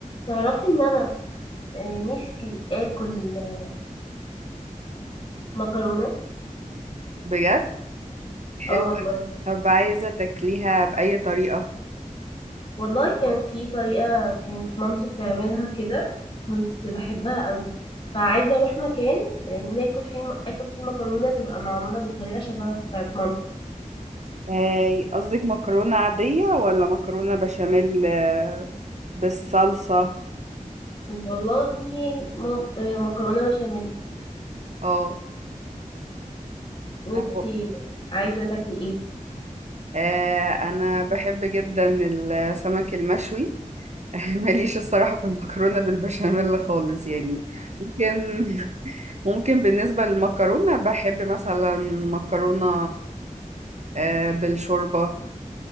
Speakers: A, on the left; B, on the right.
A: تعرفي ان انا آه، نفسي اكل آه، مكرونه
B: بجد حلو
A: اه والله
B: طب عايزة تاكليها بأي طريقة
A: والله كان في طريقه كانت مامتي بتعملها كده كنت بحبها قوي فعايزه اروح مكان آه، ناكل فيه اكل فيه مكرونه تبقى معموله بطريقه شبه بتاعت مامتي
B: آه، قصدك مكرونة عادية ولا مكرونة بشاميل آه، بالصلصة
A: والله مم- آه، مكرونه بشاميل
B: اه
A: وانتي
B: أهو.
A: عايزه تاكلي ايه
B: آه، أنا بحب جدا السمك المشوي <laughs> ماليش الصراحة في المكرونة بالبشاميل خالص يعني ممكن <laughs> ممكن بالنسبة للمكرونة بحب مثلا مكرونة آه، بالشوربة